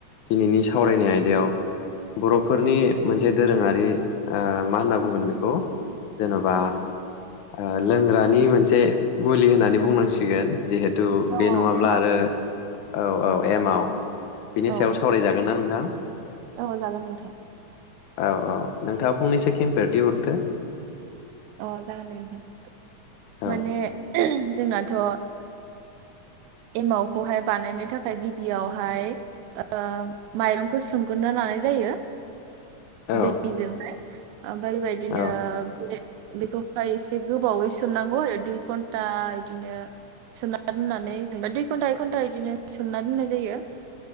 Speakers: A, on the left; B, on the right.
A: दिनैनि सावरायनाय आयदायाव बर'फोरनि मोनसे दोरोङारि मा होनना बुंगोन बेखौ जेन'बा ओ लोंग्रानि मोनसे एसे मुलि होननानै बुंनांसिगोन जिहेतु थु
B: औ
A: बे नङाब्ला
B: औ एमाव
A: आरो। औ औ एमाव। बिनि
B: औ
A: सायाव सावरायजागोन ना नोंथां।
B: औ जागोन नोंथां।
A: औ औ नोंथाङा फंनैसो केिनफेरथी हरदो।
B: अ जागोन दे नोंथां।
A: औ
B: माने। जोंनाथ' एमावखौहाय बानायनो थाखाय गिबियावहाय ओ माइरंखौ सोमग्रोना लानाय जायो।
A: औ
B: दैजोंहाय ओमफ्राय बेबायदिनो
A: औ
B: बेखौहाय एसे गोबावै सोनांगौ आरो दुइ घन्टा बिदिनो सोना दोननानै जेनेबा दुइ घन्टा एक घन्टा बिदिनो सोंना दोननाय जायो।